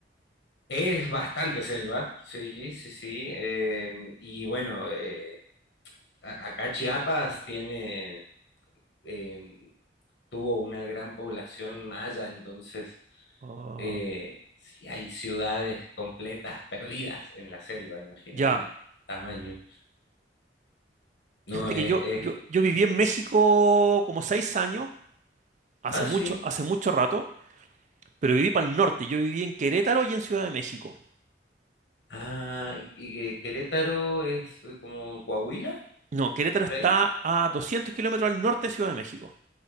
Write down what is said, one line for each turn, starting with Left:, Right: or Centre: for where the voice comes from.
Left: Es bastante selva, sí, sí, sí. eh, y bueno, eh, a- acá Chiapas tiene, eh, tuvo una gran población maya, entonces
Right: Ah,
Left: eh, sí hay ciudades completas perdidas en la selva, imagínate
Right: ya.
Left: el tamaño. No,
Right: Fíjate
Left: es,
Right: que yo,
Left: es-
Right: yo, yo viví en México
Left: sí.
Right: como seis años, hace
Left: Ah, sí.
Right: mucho, hace mucho rato, pero viví para el norte. Yo viví en Querétaro y en Ciudad de México.
Left: Ah, y, y que Querétaro es eh, como Coahuila,
Right: No, Querétaro
Left: por
Right: está
Left: ahí.
Right: a 200 kilómetros al norte de Ciudad de México.